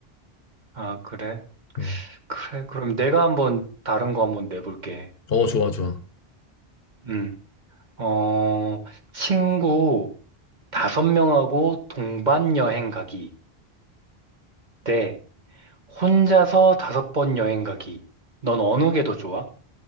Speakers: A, on the right; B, on the left.
A: 아, 그래?
B: 음.
A: 그래, 그럼 내가 한번 다른 거 한번 내볼게.
B: 어, 좋아, 좋아.
A: 음, 어, 친구 다섯 명하고 동반 여행 가기. 네, 혼자서 다섯 번 여행 가기. 넌 어느 게 더 좋아?